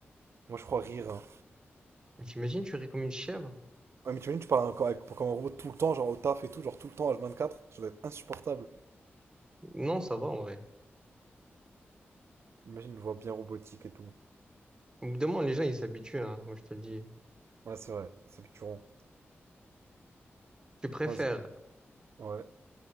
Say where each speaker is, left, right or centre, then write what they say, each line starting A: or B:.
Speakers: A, on the right (about 75°); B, on the right (about 15°).
A: Moi, je crois rire. hein.
B: Mais T'imagines, tu ris comme une chèvre?
A: Ouais, mais tu imagines, tu parles encore avec- comme un robot tout le temps, genre au taf et tout, genre tout le temps, H24, ça doit être insupportable.
B: Non, ça va en vrai.
A: Imagine une voix bien robotique et tout.
B: Au bout d'un moment, les gens, ils s'habituent, hein, moi je te le dis.
A: Ouais, c'est vrai, c'est Picturon.
B: Tu préfères...
A: Ouais, c'est- ouais.